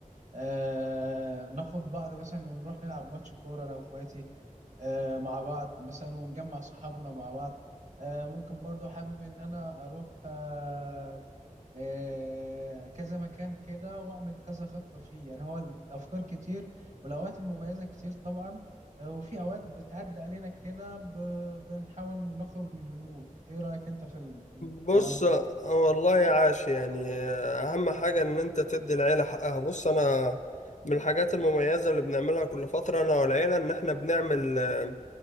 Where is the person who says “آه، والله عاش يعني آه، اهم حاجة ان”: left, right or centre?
Left